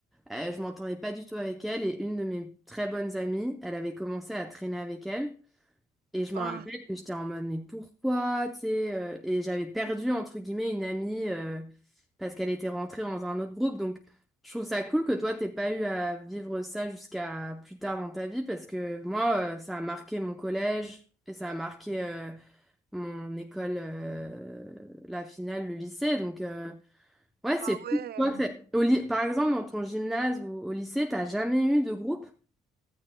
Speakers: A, in the centre; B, on the right.
A: euh, je m'entendais pas du tout avec elle, et une de mes très bonnes amies, elle avait commencé à traîner avec elle. Et je me
B: ah,
A: rappelle que j'étais en mode, mais pourquoi, tu sais, euh, et j'avais perdu, entre guillemets, une amie euh, parce qu'elle était rentrée dans un autre groupe. Donc, je trouve ça cool que toi, t'aies pas eu à vivre ça jusqu'à plus tard dans ta vie parce que moi, euh, ça a marqué mon collège et ça a marqué euh, mon école, euh, la finale, le lycée. Donc, euh, ouais, c'est
B: ah ouais.
A: fou. Toi, t'es- au ly- par exemple, dans ton gymnase ou au lycée, t'as jamais eu de groupe?